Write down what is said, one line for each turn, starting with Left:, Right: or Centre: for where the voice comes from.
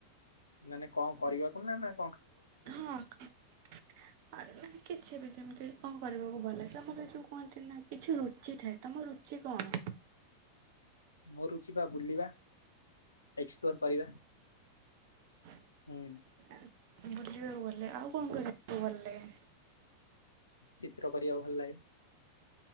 Left: ମାନେ କଣ କରିବାକୁ ନାଁ ନାଁ
Right: ହଁ ଅ ମାନେ କିଛି ବି ଯେମିତି କଁ କରିବାକୁ ଭଲ ଲାଏ ତମର ଏ ଯୋଉ କୁହନ୍ତି ନାଁ କିଛି ରୁଚି ଥାଏ, ତମ ରୁଚି କଣ?
Left: ମୋ ରୁଚି ପା ବୁଲିବା‌। ଏକ୍ସପ୍ଲୋର କରିବା।
Right: ଆ
Left: ହୁଁ
Right: ବୁଲିବାକୁ ଭ ହେଲେ ଆଉ କଣ କରିବାକୁ ଭଲ ଲାଗେ?
Left: ଚିତ୍ର କରିବାକୁ ଭଲ ଲାଗେ।